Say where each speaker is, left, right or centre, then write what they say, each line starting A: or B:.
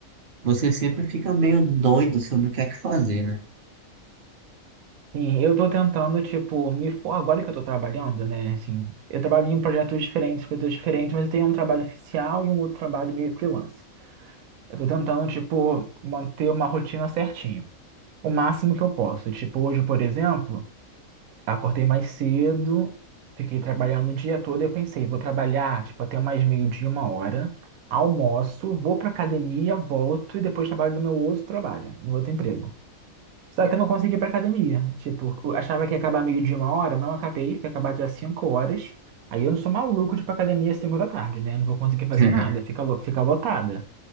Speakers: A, on the right; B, on the right.
A: Você sempre fica meio doido sobre o que é que fazer, né?
B: Sim, eu tô tentando, tipo, me for... agora que eu tô trabalhando, né? Assim, eu trabalho em projetos diferentes, coisas diferentes, mas eu tenho um trabalho oficial e um outro trabalho meio freelance. Eu tô tentando, tipo, manter uma rotina certinha. O máximo que eu posso. Tipo, hoje, por exemplo, acordei mais cedo, fiquei trabalhando o dia todo e eu pensei, vou trabalhar, tipo, até mais meio-dia, uma hora, almoço, vou pra academia, volto e depois trabalho no meu outro trabalho, no outro emprego. Só que eu não consegui ir pra academia. Tipo, eu achava que ia acabar meio de uma hora, não acabei, foi acabar dia 5 horas. Aí eu não sou maluco de ir pra academia às 5 da tarde, né? Não vou conseguir fazer
A: <laughs>
B: nada, fica, lo- fica lotada.